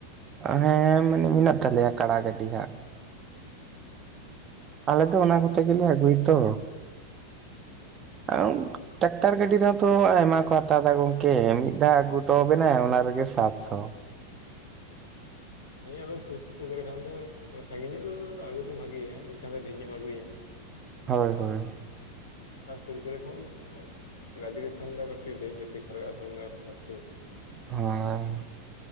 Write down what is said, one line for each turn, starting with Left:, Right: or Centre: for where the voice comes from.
Right: ᱦᱮᱸ ᱢᱟᱱᱮ ᱢᱮᱱᱟᱜ ᱛᱟᱞᱮᱭᱟ ᱠᱟᱲᱟ ᱜᱟᱹᱰᱤ ᱦᱟᱸᱜ᱾ ᱟᱞᱮ ᱫᱚ ᱚᱱᱟ ᱠᱚᱛᱮ ᱜᱮᱞᱮ ᱟᱹᱜᱩᱭ ᱛᱚ, <unintelligible> ᱴᱨᱟᱠᱴᱟᱨ ᱜᱟᱹᱰᱤ ᱨᱮᱦᱚᱸᱛᱚ ᱟᱭᱢᱟ ᱠᱚ ᱦᱟᱛᱟᱣ ᱮᱫᱟ ᱜᱚᱝᱠᱮ ᱢᱤᱫ ᱫᱷᱟᱣ ᱟᱹᱜᱩ ᱦᱚᱴᱚ ᱟᱵᱤᱱᱟᱭ ᱚᱱᱟ ᱨᱮᱜᱮ ᱥᱟᱛᱥᱚ᱾
Left: ᱦᱮᱸ ᱟᱫᱚ ᱥᱩᱨ ᱥᱩᱯᱩᱨ ᱠᱚᱨᱮ ᱠᱷᱟᱱ ᱫᱚ ᱢᱟᱱᱮ ᱥᱟᱺᱜᱤᱧ ᱧᱚᱜ ᱫᱚ ᱟᱹᱜᱩ ᱫᱚ ᱵᱷᱟᱜᱮᱭᱟ, ᱢᱤᱫ ᱥᱟᱶᱛᱮ ᱰᱷᱮᱨ ᱧᱚᱜ ᱮᱢ ᱟᱹᱜᱩᱭᱟ᱾
Right: ᱦᱳᱭ ᱦᱳᱭ,
Left: ᱟᱨ ᱥᱩᱨ ᱠᱚᱨᱮ ᱠᱷᱚᱱ ᱫᱚ ᱜᱟᱹᱰᱤ ᱞᱮᱠᱷᱟᱱ ᱫᱚ ᱠᱟᱹᱴᱤᱡ ᱰᱷᱮᱨ ᱯᱚᱭᱥᱟ ᱞᱟᱜᱟᱜ-ᱟ ᱥᱮ ᱩᱱ ᱫᱚ ᱟᱨᱚ ᱵᱟᱹᱲᱛᱤ ᱾
Right: ᱦᱮᱸ